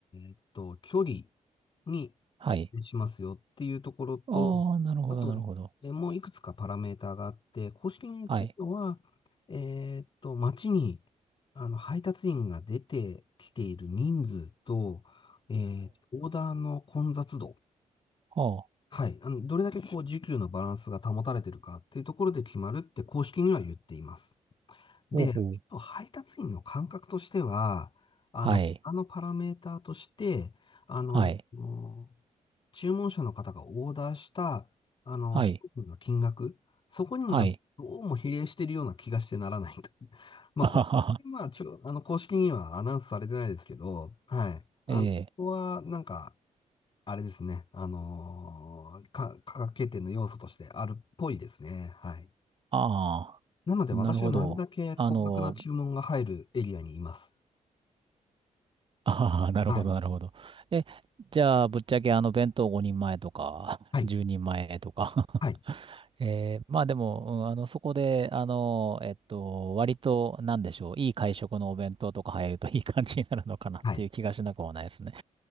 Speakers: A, on the left; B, on the right.
A: ーっと、距離に比例しますよっていうところと、
B: はい。ああ、なるほど、
A: あと、
B: なるほど。
A: えーもういくつかパラメーターがあって、公式に言ってるのは、
B: はい。
A: えーっと、街に、あの、配達員が出てきている人数と、えーオーダーの混雑度、
B: ああ、
A: はい。あの、どれだけこう、時給のバランスが保たれてるかっていうところで決まるって公式には言っています。で、
B: ほうほう。
A: 配達員の感覚としては、あの、
B: はい、
A: あのパラメーターとして、あの、
B: はい、
A: もう注文者の方がオーダーした、あの、
B: はい、
A: 商品の金額、そこにもなんか、
B: はい。
A: どうも比例してるような気がしてならないと。<laughs>
B: <laughs>
A: まあ、
B: あはは。
A: ここれまあ、ちょ、あの、公式にはアナウンスされてないですけど、はい。あの、
B: ええ、
A: ここは、なんか、あれですね。あのーか、科学経典の要素としてあるっぽいですね。はい。
B: ああ、
A: なので私はなるだけ高額な注文が入るエリアにいます。
B: なるほど。あの、ああ、なるほど、
A: はい。
B: なるほど。え、じゃあ、ぶっちゃけあの弁当5人前とか、<laughs>
A: はい。
B: 10人前とか <laughs>
A: はい。
B: えー、まあでも、うんあの、そこで、あの、えっと、割と、なんでしょう、いい会食のお弁当とか入るといい感じになるのかなっていう気がしなくもないですね。
A: はい。